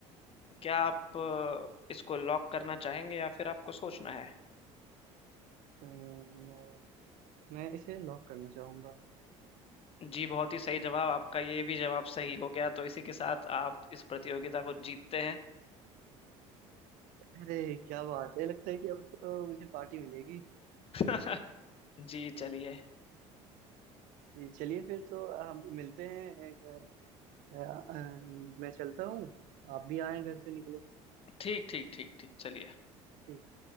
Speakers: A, on the left; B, on the right.
A: क्या आप अ, इसको लॉक करना चाहेंगे या फिर आपको सोचना है
B: अम्म, मैं मैं इसे लॉक करना चाहूंगा
A: जी बहुत ही सही जवाब आपका ये भी जवाब सही हो गया तो इसी के साथ आप इस प्रतियोगिता को जीतते हैं
B: अरे क्या बात है लगता है कि अब तो मुझे पार्टी मिलेगी
A: <laughs> जी चलिए
B: जी, चलिए फिर तो हम मिलते हैं अ, अ, मैं चलता हूँ आप भी आए घर से निकले
A: ठीक ठीक ठीक ठीक चलिए
B: ठीक